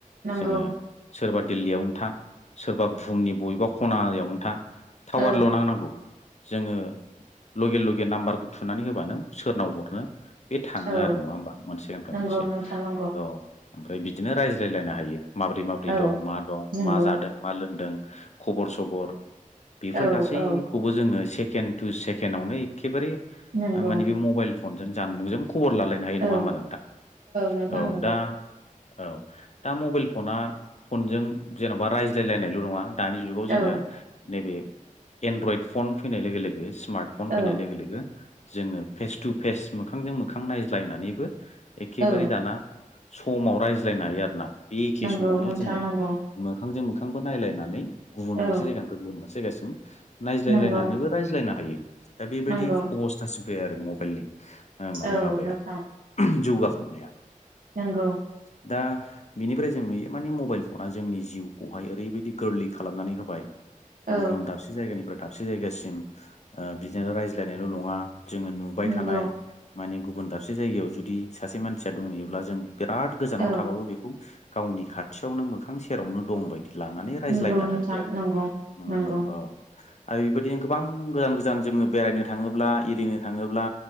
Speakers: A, on the right (about 85°); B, on the left (about 55°).
A: नंगौ
B: जोङो सोरबा दिल्लीयावनो था सोरबा बुहुमनि बबेबा खनायावनो था टावारल'
A: औ
B: नांनांगौ जोङो लगे लगे नाम्बारखौ थुनानै होबानो सोरनाव हरनो बे थाङो
A: औ
B: आरो नङा होमबा मोनसेनिफ्राय मोनसे
A: नंगौ नोंथां नंगौ
B: औ ओमफ्राय बिदिनो रायज्लायलायनो हायो। माबोरै माबोरै
A: औ
B: दं मा दं
A: नंगौ
B: मा जादों मा लोंदों खबर सबर बेफोर
A: औ
B: गासैखौबो
A: औ
B: जोङो सेकेणड टु सेकेण्डआवनो खेबारे
A: नंगौ
B: माने बे मबाइल फन जों जानबुंजों खबर लालायना हायो
A: औ
B: नङा होमबा नोंथां
A: नोंथां
B: औ
A: नंगौ
B: दा औ दा मबाइल फना फनजों जेन'बा रायज्लायलायनायल' नङा दानि जुगाव
A: औ
B: जोङो नैबे एनड्रइड फन फैनाय लोगो लोगो स्मार्ट फन
A: औ
B: फैनाय लोगो लोगो जोङो फेस टु फेस मोखांजों मोखां नायज्लायनानैबो एखेबारे
A: औ
B: दाना समाव रायज्लायनो हायो आरोना बे एखे
A: नंगौ
B: समावनो
A: नोंथां
B: जोङो
A: नंगौ
B: मोखांजों मोखांबो नायलायनानै गुबुन
A: औ
B: मोनसे जायगानिफ्राय गुबुन मोनसे जायगासिम नायज्लायलायनानैबो
A: नंगौ
B: रायज्लायनो हायो दा बेबायदि
A: नंगौ
B: अबस्थासो फैबाय आरो मबाइलनि ओ माने
A: औ
B: माबाया
A: नोंथां
B: जौगा खांनाया
A: नंगौ
B: दा बिनिफ्राय जों नुयो माने मबाइल फना जोंनि जिउखौहाय ओरैबायदि गोरलै खालामनानै होबाय
A: औ
B: गुबुन दाबसे जायगानिफ्राय दाबसे जायगासिम बिदिनो रायज्लायनायल' नङा। जोङो नुबाय
A: नंगौ
B: थानाय माने गुबुन दाबसे जायगायाव जुदि सासे मानसिया दंहैयोब्ला जों बिराद गोजानाव
A: औ
B: थाबाबो बेखौ गावनि खाथियावनो मोखां सेरावनो दंबायदि लानानै रायज्लायनो
A: नंगौ नोंथां
B: हायो आरो,
A: नंगौ
B: नङा
A: नंगौ
B: होमबा? औ आरो बेबायदिनो गोबां गोजान गोजान जोङो बेरायनो थाङोब्ला एरिनो थाङोब्ला